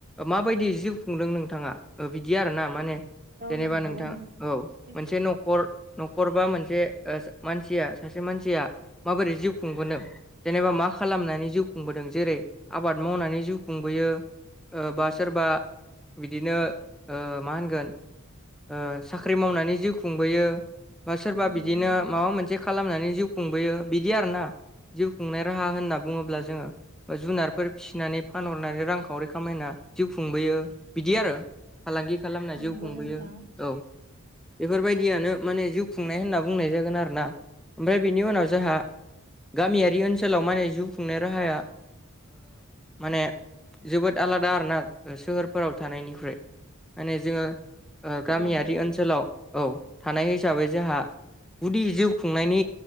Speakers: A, in the centre; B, on the right.
A: माबायदि जिउ खुंदों नोंथाङा बिदि आरोना माने
B: औ
A: जेनेबा
B: नंगौ
A: नोंथां औ
B: सैथो
A: मोनसे नखर न'खरबा मोनसे मानसिया सासे मानसिया माबोरै जिउ खुंबोनो जेनेबा मा खालामनानै जिउ खुंबोदों जेरै आबाद मावनानै जिउ खुंबोयो। बा सोरबा बिदिनो मा होनगोन? ओ साख्रि मावनानै जिउ खुंबोयो बा सोरबा
B: नंगौ
A: बिदिनो
B: नोंथां
A: माबा मोनसे खालामनानै जिउ खुंबोयो बिदि आरो ना जिउ खुंनाय राहा होनना बुङोब्ला जोङो बा जुनारफोर फिसिनानै फानहरनानै रांखावरि खामायना जिउ खुंबोयो बिदि आरो। फालांगि खालामना जिउ
B: नंगौ
A: खुंबोयो
B: नोंथां
A: औ बेफोरबायदियानो माने जिउ खुंनाय होनना बुंनाय जागोन आरोोना ओमफ्राय बिनि उनाव जोंहा गामियारि ओनसोलाव माने जिउ खुंनाय राहाया माने जोबोद आलादा आरोना सोहोरफोराव थानायनिख्रुइ माने जोङो
B: थारैनो
A: गामियारि ओनसोलाव औ थानाय हिसाबै जोंहा गुदि जिउ खुंनायनि